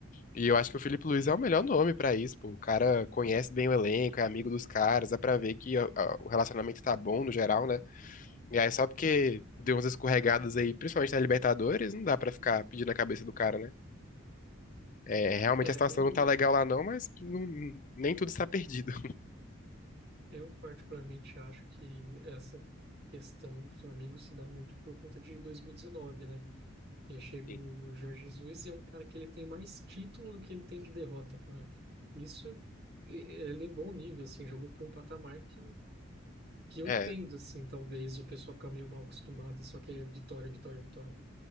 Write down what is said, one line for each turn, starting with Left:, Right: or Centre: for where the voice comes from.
Left: E eu acho que o Felipe Luiz é o melhor nome pra isso, pô. O cara conhece bem o elenco, é amigo dos caras, dá pra ver que a- a- o relacionamento tá bom no geral, né? E aí só porque deu umas escorregadas aí, principalmente na Libertadores, não dá pra ficar pedindo a cabeça do cara, né? É, realmente
Right: É,
Left: a situação
Right: eu,
Left: não tá legal lá não, mas não- nem tudo está perdido.
Right: Eu particularmente acho que essa questão do Flamengo se dá muito por conta de 2019, né? Porque chega
Left: Sim.
Right: o Jorge Jesus e é um cara que ele tem mais título do que ele tem de derrota, cara. Isso e- elevou o nível, assim, jogou para um patamar que, que eu
Left: É,
Right: entendo, assim, talvez o pessoal fica meio mal acostumado e só quer vitória, vitória, vitória.